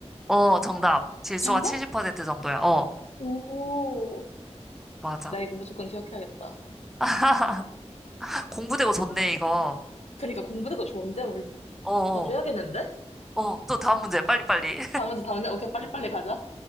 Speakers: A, in the centre; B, on the left.
A: 어, 정답. 질소가
B: 정답?
A: 70% 정도야. 어,
B: 오,
A: 맞아.
B: 나 이거 무조건 기억해야겠다.
A: <laughs> 공부되고 좋네, 이거.
B: 그니까 공부그거 좋은데? 우리
A: 어, 어,
B: 자주 해야겠는데?
A: 어, 또 다음 문제. 빨리빨리.
B: 다음 문제, 다음 문제. 오케이, 빨리빨리 가자.